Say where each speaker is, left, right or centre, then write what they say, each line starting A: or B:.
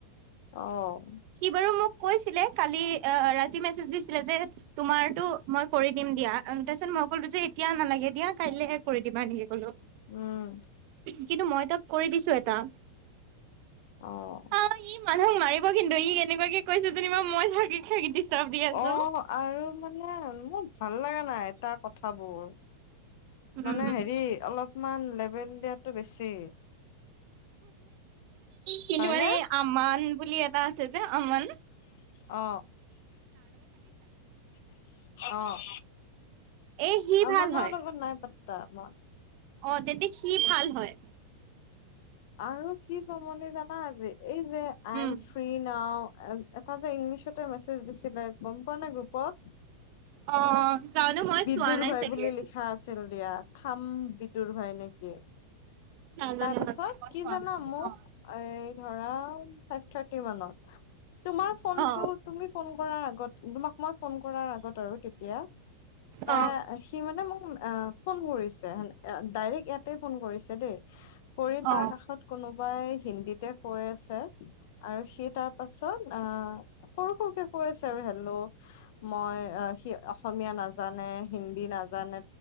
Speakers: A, on the left; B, on the right.
A: অ
B: সি বাৰু মোক কৈছিলে কালি ৰাতি মেছেজ দিছিলে যে তোমাৰতো মই কৰি দিম দিয়া তাৰপিছত মই কলো যে এতিয়া নালাগে দিয়া কাইলেহে কৰি দিবা এনেকে কলো।
A: উম,
B: কিন্তু মই তাক কৰি দিছো এটা।
A: অহ,
B: অ ই মানুহক মাৰি ৰিব কিন্তু ই এনেকুৱাকে কৈছে, যেনিবা মই <unintelligible> আছো
A: অ' আৰু মানে মোৰ ভাল লাগা নাই। তাৰ কথাবোৰ,
B: উম
A: মানে হেৰি অলপ কিমান লেভেল দিয়টো বেছি,
B: কিন্তু
A: হয়নে?
B: মানে আমান বুলি এটা আছে, আমন
A: অ' অ'
B: এ সি
A: আমানৰ
B: ভাল হয়
A: লগত নাই পাতা মই।
B: অ, যেদি সি ভাল হয়
A: <inaudible> আৰু কি জমনি জান পা আজি এই যে I
B: um
A: am free now, এটা যে ইংলিছতে মেছেজ দিছিলে গম পোৱা নে গ্ৰুপত?
B: অ' জানো মই
A: বিদুৰ
B: চোৱা নাই
A: ভাই
B: চাগে
A: বুলি লিখা আছিল দিয়া, থাম বিদুৰ ভাগ নে কি!
B: নাজানো
A: তাৰ পাছত,
B: নাজানো মই
A: কি
B: চোৱা
A: জানা
B: নাই
A: মোক,
B: অ
A: এ ধৰা ফাইভ থাৰ্টি মানত তোমাৰ ফোনটো,
B: অ
A: তুমি ফোন কৰাৰ আগত, তোমাক মই ফোন কৰাৰ আগত ত' তেতিয়া তাৰ,
B: অ
A: সি মানে মোক ফোন কৰিছে, ডাইৰেক্ট ইয়াত তে ফোন কৰিছে দেই কৰি তাৰ
B: অ অ
A: কাষত কোনোবাই হিন্দীতে কৈ আছে আৰু সি তাৰ পাছত আহ, ক ক ক ক আছে আৰু হেললো মই অ' সি অসমীয়া নচ নাজানে হিন্দী নাজানে